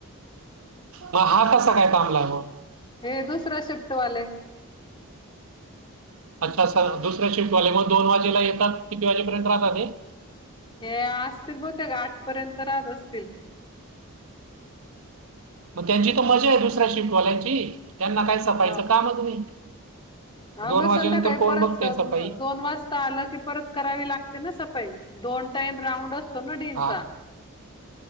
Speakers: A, on the right; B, on the left.
A: मग हा कसा काय थांबला मगं?
B: हे दुसरं शिफ्टवाले.
A: अच्छा सर दुसऱ्या शिफ्टवाले मग दोन वाजेला येतात किती वाजेपर्यंत राहतातं हे?
B: हे असतील बहुतेक आठपर्यंत राहत असतील.
A: मग त्यांची तर मजा आहे दुसऱ्या शिफ्टवाल्यांची त्यांना काही सफाईचं
B: हा
A: कामच नाही.
B: हा
A: दोन
B: मग
A: वाजेनंतर
B: संध्याकाळी
A: कोण
B: परत
A: बघते सफाई
B: दोन वाज आलं की परत करावी लागते ना सफई दोन टाईम राऊंड असतो ना डींचा.
A: हा